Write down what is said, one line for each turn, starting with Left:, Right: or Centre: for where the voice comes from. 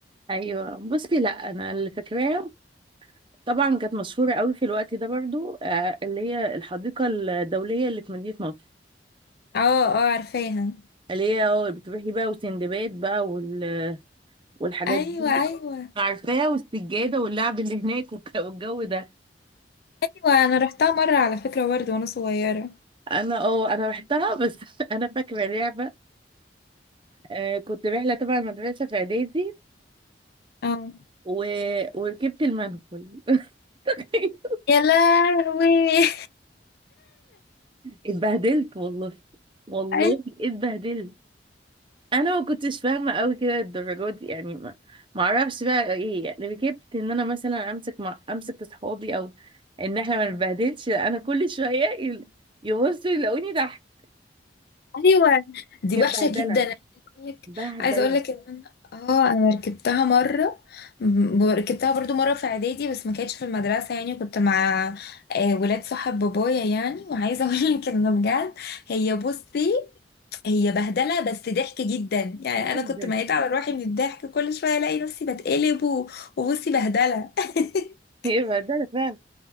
Right: ايوه بصي لا انا اللي فاكراها طبعا كانت مشهورة قوي في الوقت ده برضو آه، اللي هي الحديقة الدولية اللي في مدينة نصر
Left: اه اه عارفاها
Right: اللي هي اه بتروحي بقى وسندباد بقى وال... والحاجات
Left: ايوه
Right: دي
Left: ايوه
Right: عارفاها
Left: اه
Right: والسجادة واللعب اللي هناك والك- والجو ده
Left: ايوه انا رحتها مره على فكره برضه وانا صغيره
Right: انا اه انا رحتها بس <laughs> انا فاكرة لعبة آه كنت رحلة تبع المدرسة في اعدادي
Left: اه
Right: و... وركبت المنقل <laughs>
Left: يا لهوي
Right: اتبهدلت والله والله
Left: <laughs> أي-
Right: اتبهدلت انا ما كنتش فاهمه قوي كده الدرجات دي يعني ما ما اعرفش بقى ايه يعني ركبت ان انا مثلا امسك مع امسك في صحابي او ان احنا ما نبهدلش لا، انا كل شويه يل- يبصوا يلاقوني تحت
Left: ايوه دي
Right: كانت
Left: وحشه
Right: بهدله
Left: جدا انا عايزه اقول لك
Right: بهدله
Left: عايزه اقول لك ان انا اه انا ركبتها مره م- ركبتها برضو مره في اعدادي بس ما كانتش في المدرسه يعني كنت مع آه، ولاد صاحب بابايا يعني وعايزه <laughs> اقول لك ان بجد هي بصي هي بهدله بس ضحك جدا يعني انا
Right: جدا
Left: كنت ميت على روحي من الضحك كل شويه الاقي نفسي بتقلب و- وبصي بهدله <laughs>
Right: <laughs> هي بهدله فعلا